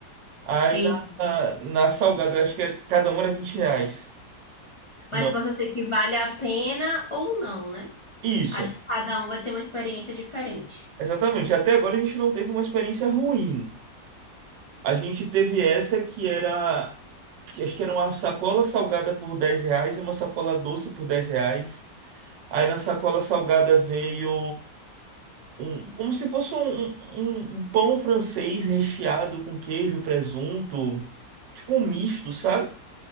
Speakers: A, on the right; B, on the left.
A: Aí
B: entendi.
A: na, na, na salgada, acho que era- cada uma era 20 reais.
B: Mas
A: Não.
B: possa ser que vale a pena ou não, né?
A: Isso,
B: Acho que cada um vai ter uma experiência diferente.
A: exatamente. Até agora a gente não teve uma experiência ruim. A gente teve essa que era, que acho que era uma sacola salgada por 10 reais e uma sacola doce por 10 reais. Aí na sacola salgada veio. um- como se fosse um, um- um um pão francês recheado com queijo, presunto, tipo um misto, sabe?